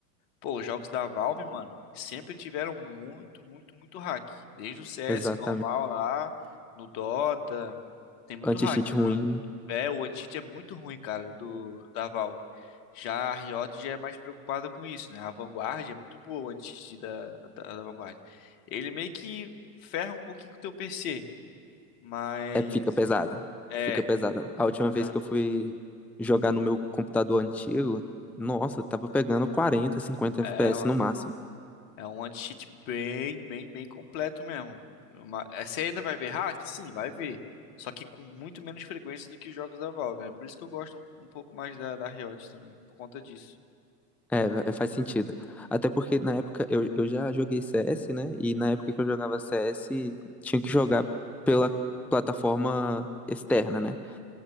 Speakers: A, on the left; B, in the centre.
A: Pô, os jogos da Valve, mano, sempre tiveram muito, muito, muito hack. Desde o CS
B: exatamente.
A: normal lá, no Dota. Tem muito
B: anti-cheat
A: hack né?
B: ruim
A: É, o Uncharted é muito ruim, cara, do da Valve. Já a Riot já é mais preocupada com isso, né? A Vanguard é muito boa, o Uncharted da, da, da Vanguard. Ele meio que ferra um pouquinho com o teu PC, mas
B: é, fica pesado.
A: é,
B: Fica pesado. A última vez
A: ah,
B: que eu fui jogar no meu computador antigo, nossa, eu tava pegando 40, 50
A: é,
B: FPS
A: mano,
B: no máximo.
A: é um anti-cheat bem, bem, bem completo mesmo. Uma- é, Você ainda vai ver hack? Sim, vai ver. Só que com muito menos frequência do que os jogos da Valve. É por isso que eu gosto um, um pouco mais da, da Riot também, por conta disso.
B: É, va- faz sentido. Até porque na época eu, eu já joguei CS, né? E na época que eu jogava CS, tinha que jogar pela plataforma externa, né?